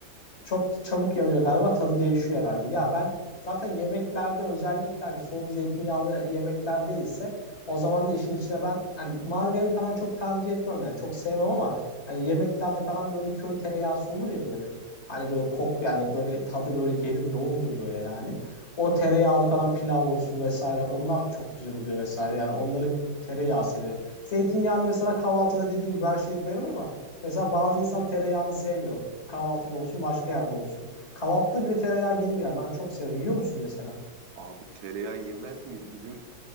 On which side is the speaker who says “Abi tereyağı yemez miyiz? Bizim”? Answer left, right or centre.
Right